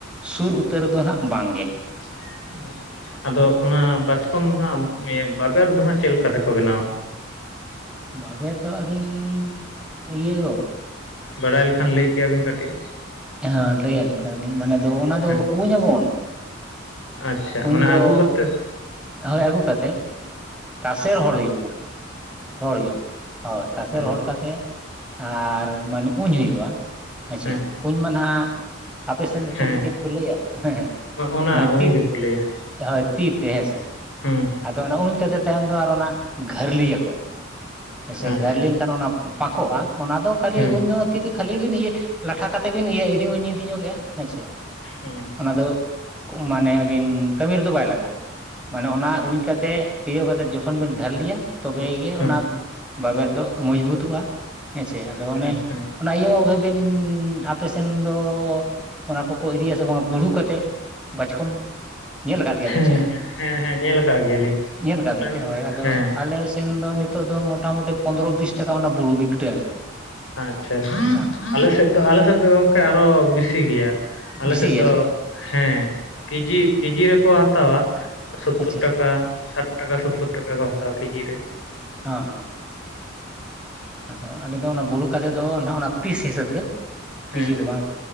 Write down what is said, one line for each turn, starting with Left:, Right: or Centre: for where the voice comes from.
Centre: ᱥᱩᱨ ᱩᱛᱟᱹᱨ ᱫᱚ ᱦᱟᱸᱜ ᱵᱟᱝ ᱜᱮ᱾
Left: <unintelligible> ᱟᱫᱚ ᱚᱱᱟ ᱵᱟᱪᱠᱚᱢ ᱫᱚ ᱱᱟᱸᱜ ᱵᱟᱵᱮᱨ ᱫᱚ ᱦᱟᱸᱜ ᱪᱮᱫ ᱞᱮᱠᱟ ᱛᱮᱠᱚ ᱵᱮᱱᱟᱣᱟ?
Centre: ᱵᱟᱵᱮᱨ ᱫᱚ ᱟᱹᱵᱤᱱ ᱤᱭᱟᱹ ᱜᱚ
Left: ᱵᱟᱰᱟᱭ ᱞᱮᱠᱷᱟᱱ ᱞᱟᱹᱭ ᱠᱮᱭᱟᱵᱤᱱ ᱠᱟᱹᱴᱤᱡ ᱾
Centre: ᱦᱟᱸ ᱞᱟᱹᱭ ᱟᱵᱤᱱ ᱠᱟᱱᱟᱞᱤᱧ ᱢᱟᱱᱮ ᱫᱚ ᱚᱱᱟ ᱫᱚ
Left: ᱦᱮᱸ
Centre: ᱩᱧ ᱟᱵᱚᱱ ᱾
Left: ᱟᱪᱪᱷᱟ
Centre: ᱩᱱ
Left: ᱢᱟᱱᱮ
Centre: ᱫᱚ
Left: ᱟᱹᱜᱩ ᱠᱟᱛᱮ
Centre: ᱦᱳᱭ ᱟᱹᱜᱩ ᱠᱟᱛᱮ ᱾ ᱛᱟᱥᱮ ᱨᱚᱦᱚᱲ ᱦᱩᱭᱩᱜ-ᱟ ᱢᱟᱬᱟᱝ ᱾ ᱨᱚᱦᱚᱲ ᱦᱩᱭᱩᱜᱼᱟ ᱦᱳᱭ ᱛᱟᱥᱮ
Left: ᱚ
Centre: ᱨᱚᱦᱚᱲ ᱠᱟᱛᱮᱜ ᱟᱨ ᱢᱟᱱᱮ ᱩᱧ ᱦᱩᱭᱩᱜᱼᱟ ᱾ ᱦᱮᱸᱪᱮ
Left: ᱦᱮᱸ
Centre: ᱩᱧᱢᱟ ᱱᱟᱦᱟᱜ ᱟᱯᱮ ᱥᱮᱱ ᱫᱚ
Left: ᱦᱮᱸ
Centre: ᱪᱮᱞ-ᱪᱮᱫ ᱠᱚ ᱠᱚ ᱞᱟᱹᱭᱟ ᱦᱮᱸ ᱦᱮᱸ
Left: ᱚᱱᱟ
Centre: ᱢᱟᱱᱮ
Left: ᱩᱭ
Centre: ᱛᱤᱛ
Left: ᱜᱮᱠᱚ ᱞᱟᱹᱭᱟ
Centre: ᱦᱳᱭ ᱛᱤ ᱛᱮ ᱦᱮᱸᱥᱮ
Left: ᱦᱩᱸ ᱦᱩᱸ
Centre: ᱟᱫᱚ ᱚᱱᱟ ᱩᱧ ᱠᱟᱛᱮ ᱛᱟᱭᱚᱢ ᱫᱚ ᱟᱨ ᱚᱱᱟ ᱜᱷᱟᱹᱨᱞᱤᱭᱟᱠᱚ ᱾ ᱦᱮᱸᱥᱮ
Left: ᱟᱪᱪᱷᱟ
Centre: ᱜᱷᱟᱹᱨᱞᱤᱱ ᱠᱷᱟᱱ ᱚᱱᱟ ᱯᱟᱸᱠᱚᱜᱼᱟ ᱚᱱᱟ ᱫᱚ ᱠᱷᱟᱹᱞᱤ
Left: ᱦᱮᱸ
Centre: ᱩᱧᱫᱚ ᱛᱤ ᱛᱮ ᱠᱷᱟᱹᱞᱤ ᱵᱤᱱ ᱤᱭᱟᱹ ᱞᱟᱴᱷᱟ ᱠᱟᱛᱮ ᱵᱤᱱ ᱤᱭᱟᱹ ᱤᱫᱤ ᱩᱧ ᱤᱫᱤ ᱧᱚᱜᱮᱜᱼᱟ ᱦᱮᱸ ᱥᱮ
Left: ᱦᱮᱸ
Centre: ᱚᱱᱟ ᱫᱚ ᱢᱟᱱᱮ ᱟᱹᱵᱤᱱ ᱠᱟᱹᱢᱤ ᱨᱮᱫᱚ ᱵᱟᱭ ᱞᱟᱜᱟᱜᱼᱟ ᱾ ᱢᱟᱱᱮ ᱚᱱᱟ
Left: ᱦᱮᱸ
Centre: ᱩᱧ ᱠᱟᱛᱮᱜ ᱛᱤᱭᱳᱜ ᱠᱟᱛᱮᱜ ᱡᱚᱠᱷᱚᱱ ᱵᱤᱱ ᱜᱷᱟᱨᱞᱤᱭᱟ ᱛᱚᱵᱮᱜᱮ
Left: ᱦᱮᱸ
Centre: ᱚᱱᱟ ᱵᱟᱵᱮᱨ ᱫᱚ ᱢᱚᱸᱡᱽᱵᱩᱛᱚᱜᱼᱟ ᱦᱮᱸᱪᱮ ᱟᱫᱚ
Left: ᱟᱪᱪᱷᱟ
Centre: ᱚᱱᱮ
Left: ᱦᱮᱸ
Centre: ᱚᱱᱟ ᱤᱭᱟᱹ <unintelligible> ᱟᱯᱮᱥᱱ ᱫᱚ ᱚᱱᱟ ᱠᱚᱠᱚ ᱤᱫᱤᱭᱟ ᱥᱮ ᱵᱟᱝ ᱵᱩᱲᱦᱩ ᱠᱟᱛᱮ? ᱵᱟᱪᱠᱚᱢ ᱧᱮᱞ ᱠᱟᱫ ᱜᱮᱭᱟᱵᱤᱱ
Left: ᱦᱮᱸ
Centre: ᱪᱮ
Left: ᱦᱮᱸ ᱦᱮᱸ ᱦᱮᱸ ᱧᱮᱞ ᱟᱠᱟᱫ ᱜᱮᱭᱟᱞᱤᱧ
Centre: ᱧᱮᱞ ᱟᱠᱟᱜ
Left: ᱟᱞᱮ
Centre: ᱵᱤᱱ ᱪᱮ? ᱦᱳᱭ ᱟᱫᱚ
Left: ᱦᱮᱸ
Centre: ᱟᱞᱮ ᱥᱮᱱ ᱫᱚ ᱱᱤᱛᱚᱜ ᱫᱚ ᱢᱚᱴᱟᱢᱩᱴᱤ ᱯᱚᱱᱨᱚ ᱵᱤᱥ ᱴᱟᱠᱟ ᱚᱱᱟ ᱵᱩᱨᱦᱩ ᱢᱤᱫᱴᱟᱝ᱾
Left: ᱟᱪᱪᱷᱟ ᱟᱪᱷᱟ
Centre: ᱫᱟᱢ
Left: ᱟᱞᱮ ᱥᱮᱜ ᱫᱚ ᱟᱞᱮ ᱥᱮᱜ ᱫᱚ ᱜᱚᱝᱠᱮ ᱟᱨᱚ ᱵᱮᱥᱤ ᱜᱮᱭᱟ ᱟᱞᱮ
Centre: ᱵᱮᱥᱤ
Left: ᱥᱮᱜ
Centre: ᱜᱮᱭᱟ
Left: ᱫᱚ
Centre: ᱪᱮ
Left: ᱦᱮᱸ ᱠᱮᱡᱤ
Centre: ᱚ
Left: ᱠᱮᱡᱤ ᱨᱮᱠᱚ ᱦᱟᱛᱟᱣᱟ ᱾ ᱥᱳᱛᱛᱳᱨ
Centre: ᱟᱪᱪᱷᱟ
Left: ᱴᱟᱠᱟ ᱥᱟᱴ ᱴᱟᱠᱟ ᱥᱳᱛᱛᱳᱨ ᱴᱟᱠᱟ ᱠᱚ ᱦᱟᱛᱟᱣᱟ ᱠᱮᱡᱤ ᱨᱮ ᱾
Centre: ᱦᱮᱸ ᱦᱮᱸ ᱦᱮᱸ ᱾ ᱟᱫᱚ ᱟᱞᱮ ᱫᱚ ᱚᱱᱟ ᱵᱩᱲᱦᱩ ᱠᱟᱛᱮ ᱫᱚ ᱱᱟᱦᱟᱜ ᱚᱱᱟ ᱯᱤᱥ ᱦᱤᱥᱟᱹᱵᱽ ᱜᱮ ᱠᱮᱡᱤ
Left: ᱦᱮᱸ
Centre: ᱫᱚ
Left: ᱦᱮᱸ
Centre: ᱵᱟᱝ